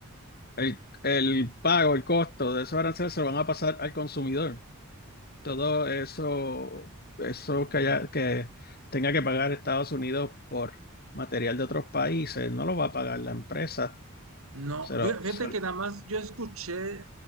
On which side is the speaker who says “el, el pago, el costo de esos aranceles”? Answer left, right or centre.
Left